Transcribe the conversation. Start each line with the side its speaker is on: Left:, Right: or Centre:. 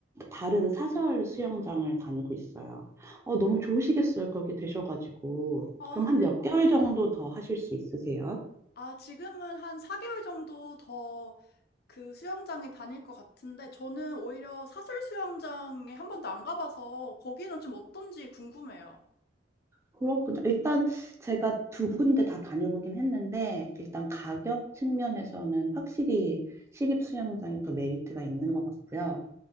Right: 다른 사설 수영장을 다니고 있어요. 어, 너무 좋으시겠어요. 거기 되셔가지고.
Left: 아,
Right: 그럼 한
Left: 네.
Right: 몇 개월 정도 더 하실 수 있으세요?
Left: 아, 지금은 한 4개월 정도 더 그 수영장에 다닐 것 같은데, 저는 오히려 사설 수영장에 한 번도 안 가봐서 거기는 좀 어떤지 궁금해요.
Right: 그렇군요. 일단 제가 두 군데 다 다녀보긴 했는데, 일단 가격 측면에서는 확실히 시립 수영장이 더 메리트가 있는 것 같고요.